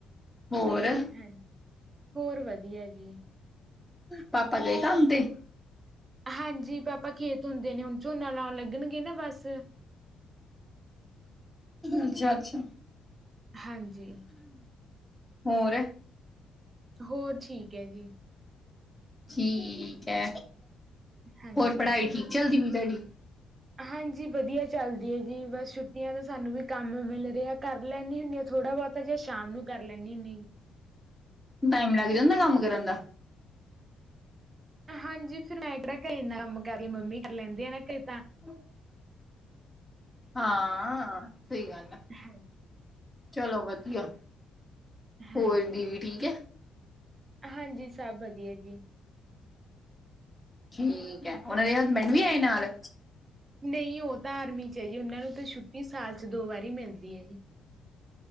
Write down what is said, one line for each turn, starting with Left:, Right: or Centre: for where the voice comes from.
Centre: ਹੋਰ?
Right: ਹਾਂਜੀ, ਹੋਰ ਵਧੀਆ ਜੀ।
Centre: ਪਾਪਾ ਗਏ ਕੰਮ ਤੇ?
Right: ਹਾਂਜੀ ਪਾਪਾ ਖੇਤ ਹੁੰਦੇ ਨੇ, ਹੁਣ ਝੋਨਾ ਲਾਉਣ ਲੱਗਣਗੇ ਨਾ ਬਸ।
Centre: ਅੱਛਾ- ਅੱਛਾ।
Right: ਹਾਂਜੀ
Centre: ਹੋਰ?
Right: ਹੋਰ ਠੀਕ ਐ ਜੀ।
Centre: ਠੀਕ ਐ,
Right: ਹਾਂਜੀ
Centre: ਹੋਰ ਪੜ੍ਹਾਈ ਠੀਕ ਚਲਦੀ ਵੀ ਤੁਹਾਡੀ।
Right: ਹਾਂਜੀ ਵਧੀਆ ਚੱਲਦੀ ਐ ਜੀ ਬਸ ਛੁੱਟੀਆਂ ਤਾਂ ਸਾਨੂੰ ਵੀ ਕੰਮ ਮਿਲ ਰੇਐ ਕਰ ਲੈਣੀ ਹੁੰਣੈ ਥੋੜਾ ਬਹੁਤਾ ਜੇ ਸ਼ਾਮ ਨੂੰ ਕਰ ਲੈਂਣੀ ਹੁੰਣੀ।
Centre: ਟਾਈਮ ਲੱਗ ਜਾਂਦਾ ਕੰਮ ਕਰਨ ਦਾ।
Right: ਹਾਂਜੀ ਫਿਰ ਮੈਂ ਕੇਹੜਾ ਕ ਇਨਾ ਕੰਮ ਕਰਦੀ ਮੰਮੀ ਕਰ ਲੈਂਦੀ ਐ ਨਾ ਕੇ ਤਾਂ
Centre: ਹ ਹਾਂ ਸਈ ਗੱਲ ਐ
Right: ਹਾਂ।
Centre: ਚਲੋ ਵਧੀਆ,
Right: ਹਾਂਜੀ।
Centre: ਹੋਰ ਦੀਦੀ ਠੀਕ ਐ।
Right: ਹਾਂਜੀ ਸਬ ਵਦੀਆ ਜੀ।
Centre: ਠੀਕ ਐ ਓਨਾਂ ਦੇ ਹਸਬੈਂਡ ਵੀ ਆਏ ਨਾਲ।
Right: ਨਂਈ ਓਹ ਤਾਂ ਆਰਮੀ ਚ ਐ ਜੀ ਉਹਨਾਂ ਨੂੰ ਤੇ ਛੁੱਟੀ ਸਾਲ ਚ ਦੋ ਵਾਰੀ ਮਿਲਦੀ ਐ ਜੀ।